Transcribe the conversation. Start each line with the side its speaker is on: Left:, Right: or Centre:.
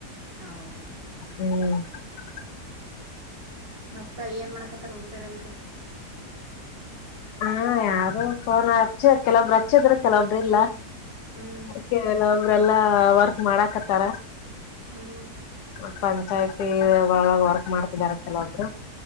Right: ಹೌದಾ
Left: ಹ್ಮ್. <unintelligible>
Right: ಹ್ಮ ಮತ್ತ ಏನ್ ಮಾಡಕತ್ತಾರ ಹುಡುಗಿಯರ್ ಎಲ್ರು
Left: ಹಾ ಯಾರು ಫೋನ ಚೀದ್ರ್ ಕೆಲವಬ್ರ್ ರಚ್ಚಿದ್ರ ಕೆಲವಬ್ರ್ ಇಲ್ಲ.
Right: ಹ್ಮ್
Left: ಓಕೆ ಎಲಲ ಇವ್ರೆಲ್ಲಾ ವರ್ಕ್ ಮಾಡಾಕತಾರ.
Right: ಹ್ಮ್
Left: ಒನ್ ಪಂಚಾಯತ್ ಪೀಸಿಯಾಗ್ ಒಳಗ್ ವರ್ಕ್ ಮಾಡ್ತಿದಾರ ಕೆಲವೊಬ್ರು.